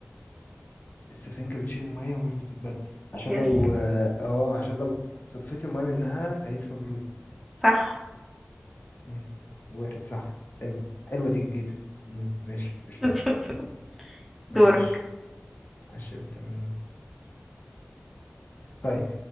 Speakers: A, on the left (about 55°); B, in the centre.
A: السفنجة بتشيل المية ومش بتتبل عشان
B: يس
A: لو اه آه، عشان لو صفيت المية منها فهي مش مبلولة
B: صح
A: مم. وارد صح حلوة حلوة دي جديدة مم. ماشي قشطة
B: <laughs> دورك
A: ماشي عشرة بالتمانين طيب